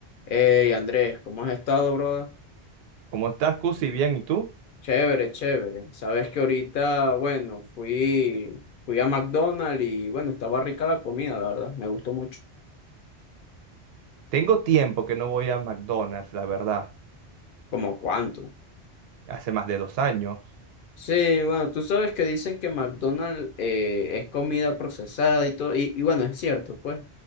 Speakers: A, on the left (about 60°); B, on the right (about 70°).
A: Hey Andrés, ¿cómo has estado, brother?
B: ¿Cómo estás, Cusi? Bien, ¿y tú?
A: Chévere, chévere. Sabes que ahorita, bueno, fui, fui a McDonald's y bueno, estaba rica la comida, la verdad. Me gustó mucho.
B: Tengo tiempo que no voy a McDonald's, la verdad.
A: ¿como cuánto?
B: Hace más de dos años.
A: Sí, bueno, tú sabes que dicen que McDonald's eh, es comida procesada y todo, y, y bueno, es cierto, pues.